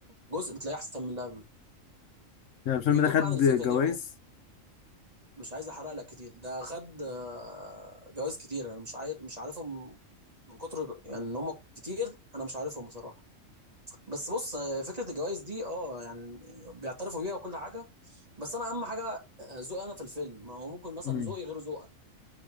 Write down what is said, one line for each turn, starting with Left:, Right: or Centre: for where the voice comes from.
Right: جزء بتلاقيه احسن من اللي قبله
Left: يعني الفيلم
Right: بيدور
Left: ده خد
Right: بقى عن الفكره
Left: جوائز
Right: دي عموما مش عايز احرق لك كتير ده خد آه، جوائز كتير انا مش عارف مش عارفهم من كتر يعني ان هم كتير انا مش عارفهم بصراحه بس بص آه، فكره الجوائز دي اه يعني بيعترفوا بيها وكل حاجه بس انا اهم حاجه آه، ذوقي انا في الفيلم ما هو ممكن مثلا
Left: امم
Right: ذوقي غير ذوقك